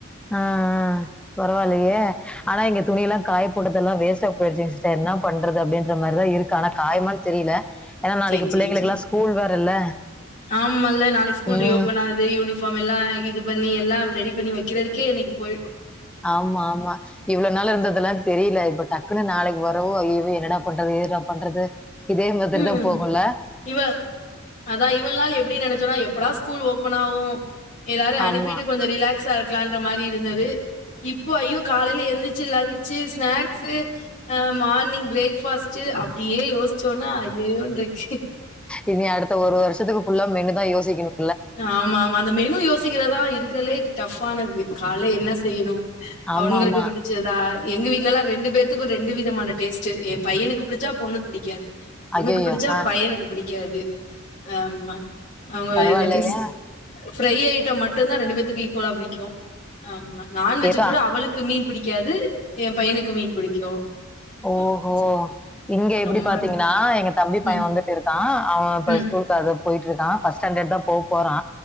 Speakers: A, in the centre; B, on the left.
A: ஆ ஆ பரவால்லையே ஆனா இங்க துணிலா காயப் போட்டதெல்லா வேஸ்ட்டா போயிருச்சுங் சிஸ்டர் ன்னா பண்றது அப்டின்ற மேரிதா இருக்கு ஆனா காயுமான் தெரியல ஏனா நாளைக்கு
B: சேரி
A: பிள்ளைங்களுக்குலா
B: சேரி சேரி
A: ஸ்கூல் வேறல
B: ஆமால்ல நாளைக்கு ஸ்கூல்
A: ம்
B: ரீஓபன் ஆகுது யூனிஃபார்ம் எல்லா இது பண்ணி எல்லா ரெடி பண்ணி வெக்கிறதுக்கே இன்னிக்கு போயிடு
A: ஆமா ஆமா இவ்ளோ நாள் இருந்ததுலா தெரில இப்ப டக்குனு நாளைக்கு வரவு ஐயய்யோ என்னடா பண்றது எதுடா பண்றது இதே மாதிரி
B: ம்
A: தான் போகும்ல.
B: இவ அதா இவள் நாள் எப்டி நெனச்சனா எப்படா ஸ்கூல் ஓபன் ஆவு எல்லாரையு அனுப்பிட்டு
A: ஆமா.
B: கொஞ்ச ரிலாக்ஸா இருக்லான்ற மாரி இருந்தது இப்போ ஐயோ காலைல எந்திச்சு லன்ச் ஸ்நாக்ஸு அ மார்னிங் பிரேக்ஃபாஸ்ட் அப்டியே யோசிச்சோனா ஐயயோன் இருக்கு
A: இனி அடுத்த ஒரு வருஷத்துக்கு ஃபுல்லா மெனுதா யோசிக்கணு
B: ஆமா ஆமா அந்த மெனு யோசிக்கிறதா இருக்கத்லே டஃப் ஆனது கால்ல என்ன செய்யணு
A: ஆமாமா.
B: அவனுங்களுக்கு விடிஞ் சதா எங்க வீட்லலா ரெண்டு பேத்துக்கு ரெண்டு விதமான டேஸ்ட் எ பையனுக்கு பிடிச்சா பொண்ணுக்கு பிடிக்காது பொண்ணுக்கு
A: ஐயய்யோ!
B: பிடிச்சா
A: ஆ
B: பையனுக்கு பிடிக்காது ஆமா அவ்ங்க
A: பரவாயில்லையே!
B: இந்த க்றிஸ் ஃப்ரை ஐட்டம் மட்டுந்தா ரெண்டு பேத்துக்கு ஈக்வலா பிடிக்கு ஆமா நான்வெஜ்
A: ஏதோ
B: கூட அவளுக்கு மீன் பிடிக்காது எ பையனுக்கு மீன் பிடிக்கு
A: ஓஹோ
B: ம்
A: இங்க இப்டி
B: ரொம்ப
A: பாத்தீங்கனா எங்க தம்பி பைய
B: ம்
A: வந்துட்டு இருக்கா அவ இப்ப
B: ம்
A: ஸ்கூல் அது போயிட்ருந்தா ஃபஸ்ட் ஸ்டாண்டர்ட்தா போ போறா